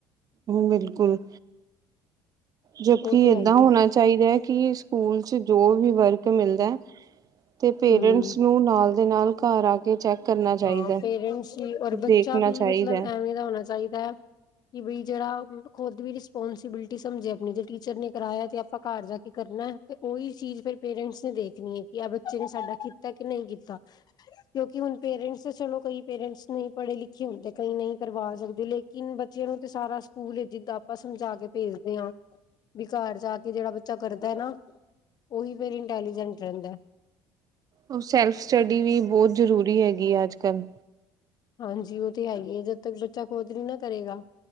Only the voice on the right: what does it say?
ਬਿਲਕੁਲ ਜੋ
ਕਿ
ਏਦਾਂ
ਹੋਣਾ
ਚਾਹੀਦਾ ਕੀ, ਸਕੂਲ ਚ ਜੋ ਵੀ ਵਰਕ ਮਿਲਦਾ ਤੇ ਪੇਰੈਂਟਸ
ਨੂੰ ਨਾਲ ਨਾਲ ਘਰ ਆ ਕੇ ਚੈੱਕ ਕਰਨਾ ਚਾਹੀਦਾ।
ਦੇਖਣਾ
ਚਾਹੀਦਾ
ਹੈ।
ਓ ਸੈਲਫ ਸਟੱਡੀ ਵੀ ਬਹੁਤ ਜ਼ਰੂਰੀ ਹੈਗੀ ਆ ਅੱਜ ਕੱਲ੍ਹ।